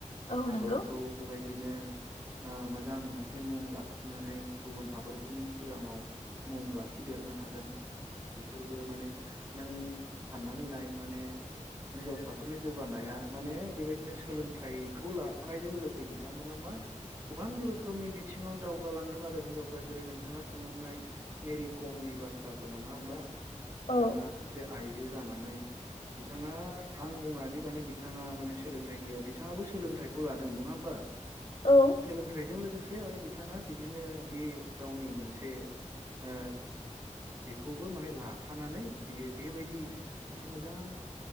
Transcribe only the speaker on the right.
हादरखौ
बेबायदिनो ओ मोजां मोनसे मुं लाखिनानै गुबुन हादरफोरनि सिगाङाव मुं लाखिदेर होनो हादों बेफोरबो माने नों साननानै नाय माने हिनजावसाफोरनि जौगानाया माने बेबायदिनो सोलोंथाइखौ ला खानायजों लोगोसे बिथांमोना मा गोबां रोखोमनि बिथिङाव दावगालांदों आरो हिनजावफ्रा जेरै नोंथां ना साननानैनाय मेरि कमनि बाथ्राखौ नङा होमबा? बिथाङा
सासे आइजो जानानै बिथाङा आं बुङा दि माने बिथाङा माने सोलोंथाइ गैया बिथाङाबो सोलोंथाइ खौ लादों नङा होमबा
सोलोंथाइजों लोगोसे आरो बिथाङा बिदिनो बे गावनि मोनसे ओ बेखौबो माने लाफानानै बियो बेबायदि मोनसे मोजां